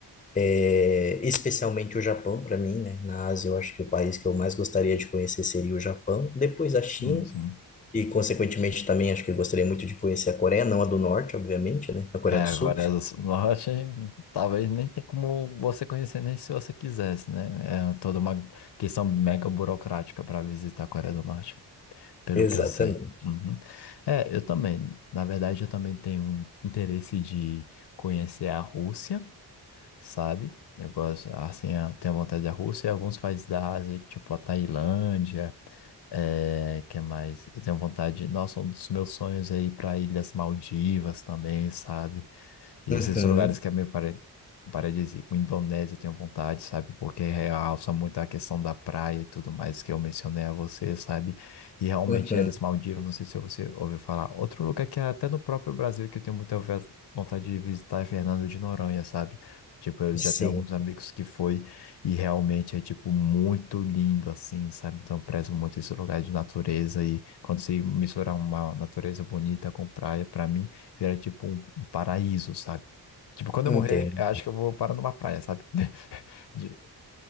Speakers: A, on the left; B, on the left.
A: É, especialmente o Japão para mim, né, na Ásia eu acho que o país que eu mais gostaria de conhecer seria o Japão, depois a China
B: sim, sim.
A: e consequentemente também acho que eu gostaria muito de conhecer a Coreia, não a do Norte, obviamente, né, a Coreia
B: É,
A: do
B: agora
A: Sul.
B: as Norte, talvez nem tem como você conhecer nem se você quisesse, né? É toda uma questão mega burocrática para visitar a Coreia do Norte, pelo
A: Exatamente.
B: que eu sei. Uhum. É, eu também. Na verdade, eu também tenho um interesse de conhecer a Rússia sabe? Eu gosto, assim, eu tenho vontade da Rússia e alguns países da Ásia, tipo a Tailândia, é, que é mais? Eu tenho vontade, nossa, um dos meus sonhos é ir para Ilhas Maldivas também, sabe? E
A: Uhum,
B: esses lugares que é meio pare- paradisíaco. Indonésia eu tenho vontade, sabe? Porque realça muito a questão da praia e tudo mais que eu mencionei a você, sabe? E realmente
A: uhum,
B: eles Maldivas, não sei se você ouviu falar. Outro lugar que é até no próprio Brasil que eu tenho muita ve- vontade de visitar é Fernando de Noronha, sabe? Tipo, eu
A: sim.
B: já tenho alguns amigos que foi e realmente é, tipo, muito lindo, assim, sabe? Então, eu prezo muito esse lugar de natureza e quando se misturar uma natureza bonita com praia, pra mim, vira, tipo, um um paraíso, sabe? Tipo, quando
A: entendo.
B: eu morrer, eu acho que eu vou parar numa praia, sabe? <laughs> De-